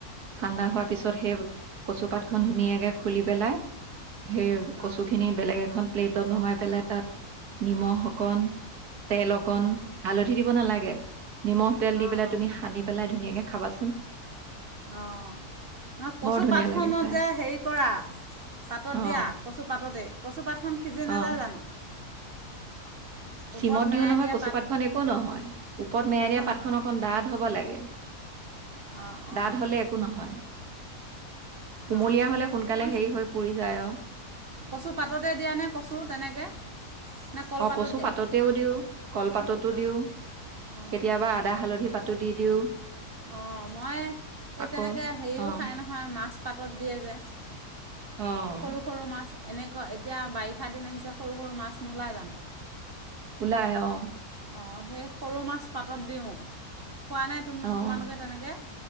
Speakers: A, on the right; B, on the right.
A: ঠাণ্ডা
B: অঁ
A: হোৱাৰ পিছত সেই কচু পাত খন ধুনীয়াকে খুলি পেলাই সেই কচু
B: অঁ
A: খিনি বেলেগ এখন প্লেটত নমাই পেলাই তাত নিমখ অকণ তেল অকণ
B: অঁ
A: হালধি দিব নালাগে,
B: অঁ
A: নিমখ তেল দি
B: অঁ অঁ
A: পেলাই তুমি সানি পেলাই ধুনীয়াকে কে খাবাচোন
B: অ নহয় কচুপাতখনত
A: বৰ ধুনীয়া লাগে খাই
B: যে হেৰি কৰা পাতত
A: অ
B: দিয়া কচু পাততেই কচুপাতখন সিজি নাযায়
A: অ
B: জানো
A: চিমত
B: ওপৰত মেৰাই
A: দিও নহয়
B: দিয়া
A: কচু পাতখন একো নহয় ওপৰত মেৰানিয়া
B: একো নহয়
A: পাতখন অকন ডাঠ হ'ব লাগে।
B: অঁ
A: ডাঠ
B: অঁ
A: হ'লে একো নহয় কুমলীয়া
B: অ
A: হ'লে সোনকালে
B: ম
A: হেৰি হৈ পুৰি যায় আৰু
B: কচু পাততে দিয়া নে কচু তেনেকে নে কলপাতত
A: অ কচু
B: দিয়া
A: পাততেও দিও কলপাততো
B: অঁ
A: দিওঁ
B: অঁ
A: কেতিয়াবা আদা, হালধি পাতো দি দিওঁ।
B: অ মই এই
A: আকৌ
B: তেনেকে হেৰিও
A: অঁ
B: খাই নহয় মাছ পাতত দিয়ে যে
A: অঁ
B: সৰু সৰু মাছ এনে এতিয়া বাৰিষা দিন আহিছে সৰু সৰু মাছ নোলাই জানো?
A: ওলাই অ
B: অঁ সেই সৰু মাছ পাতত দিওঁ খোৱা নাই
A: অঁ
B: তোমালোকে তেনেকে।